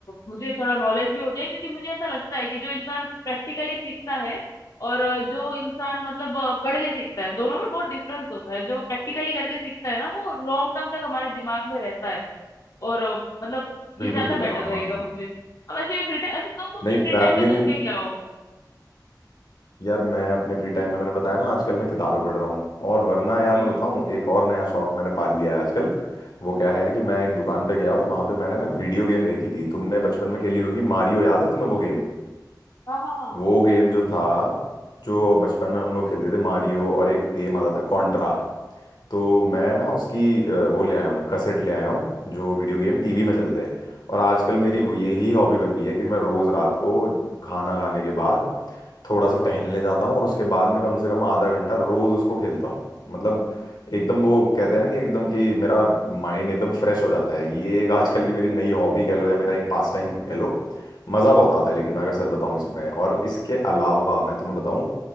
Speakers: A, on the left; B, on the left.
A: मुझे थोड़ा नॉलेज भी हो जाए क्योंकि मुझे ऐसा लगता है कि जो इंसान प्रैक्टिकली सीखता है और अ, जो इंसान मतलब अ, पढ़ के सीखता है दोनों में बहुत डिफरेंस होता है जो प्रैक्टिकली करके सीखता है ना वो लॉन्ग टर्म तक हमारे दिमाग में रहता है और अ, मतलब ये
B: बिल्कुल
A: ज्यादा
B: सही
A: बेटर
B: कहा
A: रहेगा
B: हाँ हाँ
A: मुझे अब ऐसे फ्री टाइम अच्छा तुम अपने
B: नहीं
A: फ्री
B: ट्रैवलिंग
A: टाइम में करते क्या हो
B: यार मैं अपने फ्री टाइम में मैंने बताया ना आजकल मैं किताबें पढ़ रहा हूँ और वरना यार
A: हम्म
B: मैं बताऊँ एक और नया शौक मैंने पाल लिया है आजकल वो क्या है कि मैं एक दुकान पे गया और वहां पे मैंने ना वीडियो गेम देखी थी तुमने बचपन में खेली होगी मारियो याद है तुम्हें वो गेम
A: हाँ हाँ हाँ
B: वो गेम जो था जो बचपन में हम लोग खेलते थे मारियो और एक गेम आता था कॉन्ट्रा तो मैं
A: हम्म।
B: ना उसकी अ, वो ले आया हूँ कसेट ले आया हूँ जो वीडियो गेम टीवी में चल जाए और आजकल मेरी वो- यही हॉबी बन गई है कि मैं रोज रात को खाना खाने के बाद थोड़ा सा टहलने जाता हूँ और उसके बाद में कम से कम आधा घंटा रोज उसको खेलता हूँ मतलब एकदम वो कहते हैं ना कि एकदम कि मेरा माइंड एकदम फ्रेश हो जाता है ये एक आजकल की मेरी नई हॉबी कह लो या मेरा एक पास टाइम कह लो मज़ा बहुत आता है लेकिन मैं अगर सच बताऊं इसमें और इसके अलावा मैं तुम्हें बताऊं